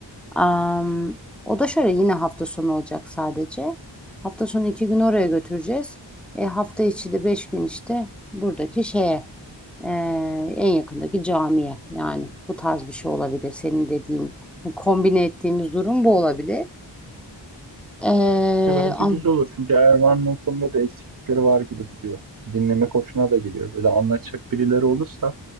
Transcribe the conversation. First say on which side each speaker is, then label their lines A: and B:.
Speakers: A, in the centre; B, on the right.
A: Am, o da şöyle yine hafta sonu olacak sadece. Hafta sonu iki gün oraya götüreceğiz. E, hafta içi de beş gün işte buradaki şeye e, en yakındaki camiye yani bu tarz bir şey olabilir. Senin dediğin hani kombine ettiğimiz durum bu olabilir. Ee,
B: Ya bence
A: am-
B: güzel olur çünkü Erman'ın o konuda da eksiklikleri var gibi duruyor. Dinlemek hoşuna da geliyor. Böyle anlatacak birileri olursa